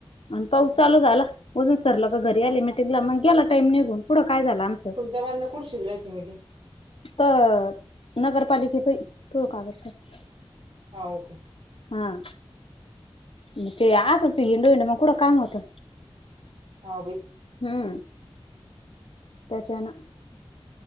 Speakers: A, on the left; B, on the right.
A: आणि पाऊस
B: हं.
A: चालू झाला वजून सरलं का घरी आली
B: फुल-
A: मीटेंगला मग गेला टाइम निघून पुढं काय झालं आमच
B: <unintelligible> कुठं शी राहती मिटिंग?
A: तर नगरपालिके पाही <unintelligible>
B: हाव का?
A: हा मग ते असचं हिंडून हिंडून कुठं काम होत.
B: हाव बाई
A: हम्म त्याच्यान